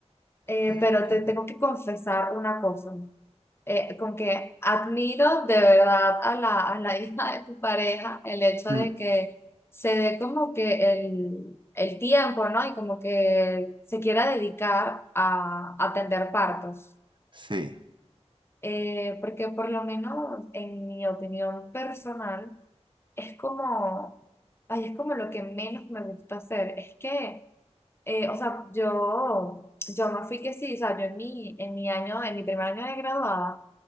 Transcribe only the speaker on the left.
eh,
pero
te
tengo que confesar una cosa. eh, con que admiro de verdad a la, a la <laughs> hija de tu pareja el hecho
de que se dé como que el, el tiempo, ¿no? Y como que se quiera dedicar a a atender partos.
Eh, porque por lo menos en mi opinión personal, es como, ay, es como lo que menos me gusta hacer. Es que, eh, o sea, yo, yo me fui que sí, o sea, yo en mi, en mi año, en mi primer año de graduada,